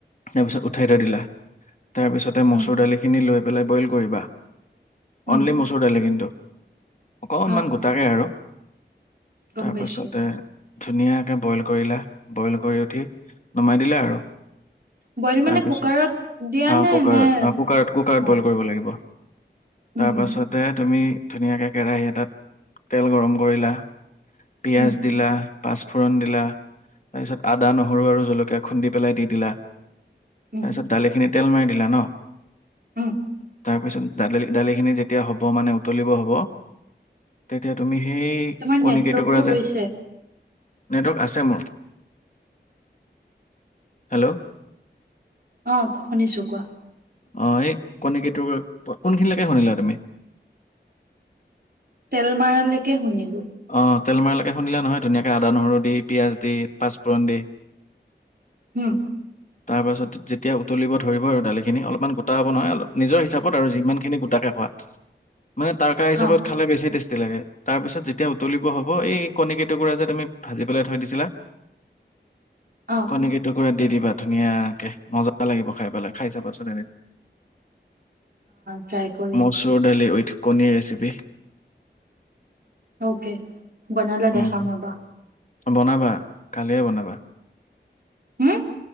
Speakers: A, on the left; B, on the right.
A: তাৰপিছত উঠাই থৈ দিলা তাৰপিছতে মচুৰ
B: উম
A: দালিখিনি লৈ পেলাই বইল কৰিবা
B: উম
A: অনলি মচুৰ দালি কিন্তু অকনমান
B: অ
A: গোটাকে আৰু
B: গম
A: তাৰপাছতে
B: পাইছো
A: ধুনীয়াকে বইল কৰিলা বইল কৰি উঠি নমাই দিলা আৰু
B: বইল মানে
A: তাৰপিছত
B: কুকাৰত দিয়া
A: আহ
B: নে
A: কুকাৰত-
B: নে
A: আহ কুকাৰত- কুকাৰত
B: অ
A: বইল কৰিব লাগিব।
B: উম
A: তাৰ
B: হুম
A: পাছতে তুমি ধুনীয়াকে কেৰাহী এটাত তেল গৰম কৰিলা পিয়াজ
B: উম
A: দিলা পাছফোৰণ দিলা তাৰপিছত আদা নহৰু আৰু জলকীয়া খুন্দি পেলাই দি দিলা। তাৰপিছত
B: উম
A: দালিখিনি তেল মাৰি দিলা ন।
B: উম।
A: তাৰপিছত দি দালিখিনি যেতিয়া হ'ব মানে উতলিব হ'ব তেতিয়া তুমি সেই এই
B: তোমাৰ
A: কণী
B: নেটৱৰ্কটো
A: কেইটুকুৰা যে
B: গৈছে
A: নেটৱৰ্ক আছে মোৰ। হেল্ল'
B: অ শুনিছো কোৱা।
A: আহ এই কণিকেইটোকুৰা কোনখিনিলৈকে শুনিলা তুমি।
B: তেলমাৰালকে শুনিলো।
A: অ তেলমাৰলৈকে শুনিলা নহয় ধুনীয়াকৈ আদা নহৰু দি পিয়াজ দি পাঁচফোৰণ দি। <unintelligible>
B: উম
A: তাৰ পাছত যেতিয়া উতলিব ধৰিব আৰু দালিখিনি অলপমান গোটা হ'ব নহয় অলপ নিজৰ হিচাপত আৰু যিমান খিনি গোটা তাকে কোৱা। মানে তাৰকা হিচাপত
B: অ
A: খালে বেছি টেষ্টি লাগে তাৰ পিছত যেতিয়া উতলিব হব এই কণী টুকুৰা যে তুমি ভাজি পেলাই থৈ দিছিলা
B: অ অ
A: কণী কি টুকুৰা দি দিবা। ধুনীয়াকে মজা লাগিব খাই পেলাই খাই চাবাচোন এদিন।
B: ট্ৰাই কৰিম
A: মচুৰ দাইলি উইঠ কণীৰ ৰেচিপি
B: অকে বনালা
A: উম,
B: দেখাম ৰবা।
A: বনাবা কালিয়ে বনাবা।
B: হম